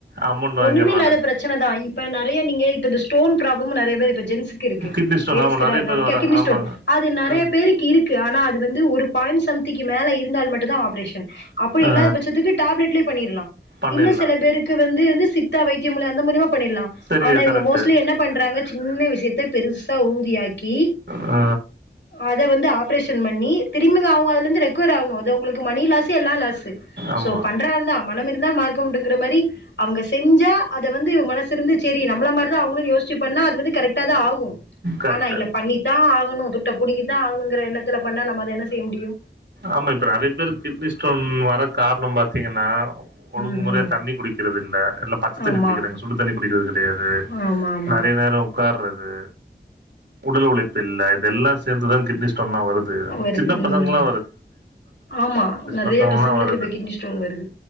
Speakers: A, on the right; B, on the left.
A: அமௌண்ட் வாங்கிறானுங்க
B: ஒண்ணுமே இல்லாத பிரச் சன தா இப்ப நறைய நீங்க இப்ப இந்த ஸ்டோன் ப்ராபளமு நறைய பேர் இப்ப ஜென்ஸ் இருக்கு
A: கிட்னி ஸ்டோன்
B: <unintelligible>
A: ஆமா நெறைய பேர்
B: கெகினி
A: வராங்க ஆமாங்க
B: ஸ்டோன் அது நறைய
A: ஆ
B: பேருக்கு இருக்கு ஆனா அது வந்து ஒரு பாயிண்ட் சம்திங் மேல இருந்தால் மட்டு தா ஆப்ரேஷன் அப்டி
A: ஆ
B: இல்லாத பட்சத்துக்கு டேப்லெட்லே பண்ணிர்லா
A: பண்ணிடலா
B: இன்னு சில பேருக்கு வந்து வந்து சித்தா வைத்திய மூல அந்த மூலிமா பண்ணிர்லா
A: சரி
B: ஆனா இவங்க
A: கரெக்ட்டு
B: மோஸ்ட்லி என்ன பண்றாங்க சின்ன விஷயத்த பெருசா ஊதியாக்கி
A: ஆ
B: அத வந்து ஆப்ரேஷன் பண்ணி திரும்பிங்க அவங்க அதுல இருந்து ரெக்கவர் ஆகணு அது உங்ளுக்கு மணி லாஸு எல்லா லாஸு
A: ஆமா
B: சோ பண்றா இருந்தா மனம் இருந்தால் மார்கமுண்டுங்கிற மாரி அவுங்க செஞ்சா அத வந்து மனசு இருந்து செரி நம்மள மாரி அவங்களு யோசிச்சு பண்ண அது வந்து கரெக்டா தா ஆகு
A: கரெக்ட்டு
B: ஆனா இல்ல பண்ணித்தா ஆகணு துட்ட புடுங்கிதா ஆகணுங்கிற எண்ணத்துல பண்ணா நம்ம அத என்ன செய்ய முடியு
A: ஆமா இப்ப நறைய பேருக் கிட்னி ஸ்டோன் வர காரணம் பாத்தீங்கனா ஒழுங்கு
B: ம்
A: முறையா
B: ம்
A: தண்ணி குடிக்கிறது இல்ல எல்லாம் பச்ச தண்ணி
B: ஆமா
A: குடிக்கிறாங்க சுடு தண்ணி குடிக்கிறது கெடையாது
B: ஆமா ஆமா
A: நறைய நேரோ உட்கார்றது உடல் உழைப்பு இல்ல இதெல்லா சேர்ந்து தா கிட்னி ஸ்டோன்லா வருது
B: வருது
A: சின்ன பசங்ளா
B: ம் ஆமா நறைய
A: பசங்கலாம்
B: பசங்களுக்கு
A: வருது.
B: இப்ப கிட்னி ஸ்டோன் வருது